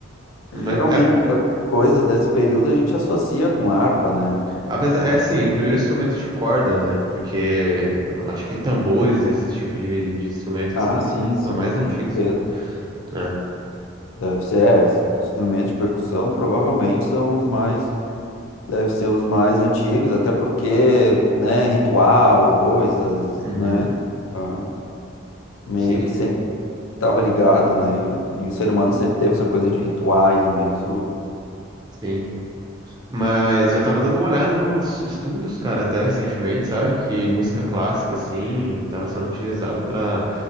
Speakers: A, on the right; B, on the left.
A: Mas,
B: geralmente
A: é,
B: as coisas desse período a gente associa com harpa, né?
A: apesar,
B: Então,
A: é assim, o primeiro instrumento de corda, né? Porque eu acho que tambores, esse tipo de, de instrumento,
B: ah,
A: assim,
B: sim,
A: eles
B: sim,
A: são mais
B: com
A: antigos
B: certeza.
A: ainda. né?
B: Deve ser, é, os instrumentos de percussão provavelmente são os mais. Deve ser os mais antigos, até porque, né, ritual, coisas,
A: Uhum,
B: né, ah, meio
A: sim,
B: que
A: pô,
B: sempre estava ligado, né, e o, e o ser humano sempre teve essa coisa de rituais, né, isso...
A: sim. Mas eu tava dando uma olhada nos estudos, cara, até recentemente, sabe? Que música
B: Uhum.
A: clássica, assim, tava sendo utilizada pra.